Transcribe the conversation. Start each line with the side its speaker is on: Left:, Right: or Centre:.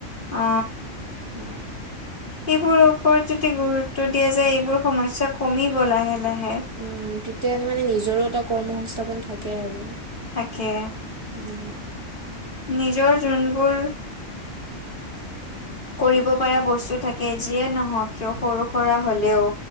Left: অ
Right: উ
Left: এইবোৰৰ ওপৰত যদি গুৰুত্ব দিয়া যায় এইবোৰ সমস্যা কমিব লাহে লাহে
Right: উম তেতিয়া মানে নিজৰো এটা কৰ্ম সংস্থাপন থাকে আৰু
Left: থাকে
Right: উম
Left: নিজৰ যোনবোৰ কৰিব পৰা বস্তু থাকে যিয়ে নহওক কিয় সৰু সুৰা হলেও